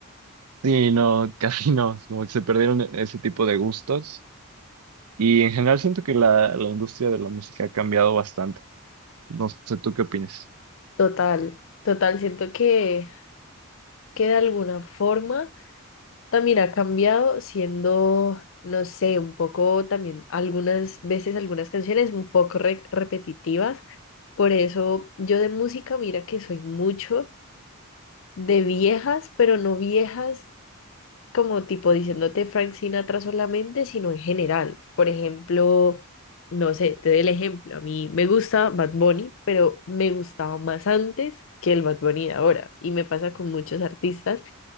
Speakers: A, on the right (about 85°); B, on the left (about 60°).
A: Sí, no, <laughs> casi no. Como que se perdieron e- ese tipo de gustos. Y en general siento que la, la industria de la música ha cambiado bastante. No sé, ¿tú qué opinas?
B: Total. Total, siento que que de alguna forma también ha cambiado siendo, no sé, un poco también algunas veces algunas canciones un poco re- repetitivas. Por eso yo de música, mira que soy mucho de viejas, pero no viejas como tipo diciéndote Frank Sinatra solamente, sino en general. Por ejemplo, no sé, te doy el ejemplo. A mí me gusta Bad Bunny, pero me gustaba más antes que el Bad Bunny de ahora. Y me pasa con muchos artistas